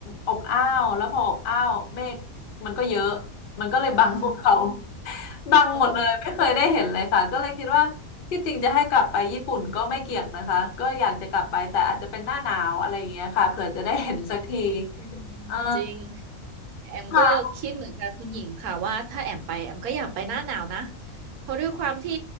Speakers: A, on the left (about 60°); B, on the right (about 80°).
A: อบอ้าวแล้วพออบอ้าวเมฆมันก็เยอะมันก็เลยบังภูเขา
B: อ๋อ
A: <laughs> บังหมดเลยไม่เคยได้เห็นเลยค่ะก็เลยคิดว่าที่จริงจะให้กลับไปญี่ปุ่นก็ไม่เกี่ยงนะคะก็อยากจะกลับไปแต่อาจจะเป็นหน้าหนาวอะไรอย่างเงี้ยค่ะเผื่อจะได้เห็นสักที
B: อ๋ออืมอืมอืม
A: อ่า
B: จริง แอมก็คิดเหมือนกับคุณหญิงค่ะว่าถ้าแอมไปแอมก็อยากไปหน้าหนาวนะ
A: ค่ะ
B: เพราะด้วยความที่